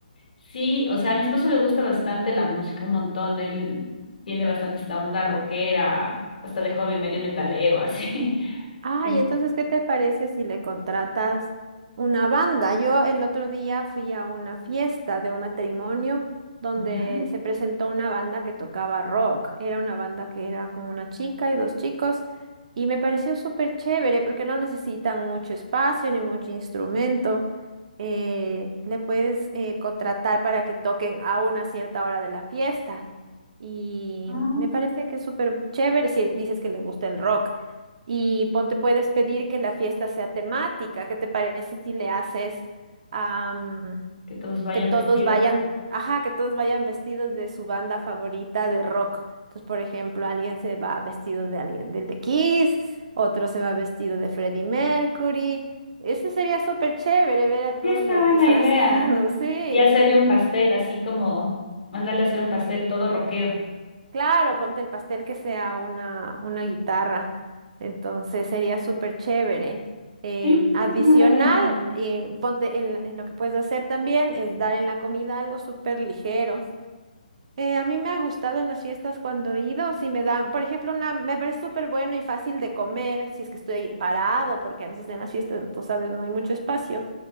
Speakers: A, on the left; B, on the right.
A: Sí, o sea, a mi esposo le gusta bastante la música, un montón. Él tiene bastante esta onda rockera, hasta de joven medio metalero, así. <laughs>
B: Ah,
A: Sí.
B: y entonces, ¿qué te parece si le contratas una banda? Yo el otro día fui a una fiesta de un matrimonio donde
A: Ya,
B: se presentó una banda que tocaba rock. Era una banda que era como una chica y dos chicos y me pareció súper chévere porque no necesitan mucho espacio ni mucho instrumento. Eh, le puedes eh, contratar para que toquen a una cierta hora de la fiesta y
A: ah,
B: me parece que es súper chévere si dices que le gusta el rock. Y ponte, puedes pedir que la fiesta sea temática. ¿Qué te parece si le haces am,
A: que todos vayan
B: que todos
A: vestidos.
B: vayan, ajá, que todos vayan vestidos de su banda favorita de rock? Entonces, por ejemplo, alguien se va vestido de alguien del de Kiss, otro se va vestido de Freddie Mercury. Ese sería súper chévere ver a todos
A: Sí, está
B: los
A: buena
B: disfrazados,
A: idea.
B: <laughs> sí.
A: Y hacerle un pastel, así como mandarle a hacer un pastel todo rockero.
B: Claro, ponte el pastel que sea una, una guitarra. Entonces sería súper chévere. Em,
A: Sí,
B: adicional,
A: es una buena idea.
B: eh, ponte en, en lo que puedes hacer también es dar en la comida algo súper ligero. Eh, a mí me ha gustado en las fiestas cuando he ido, si me dan, por ejemplo, una, me parece súper bueno y fácil de comer, si es que estoy parado, porque a veces en las fiestas, tú sabes, no hay mucho espacio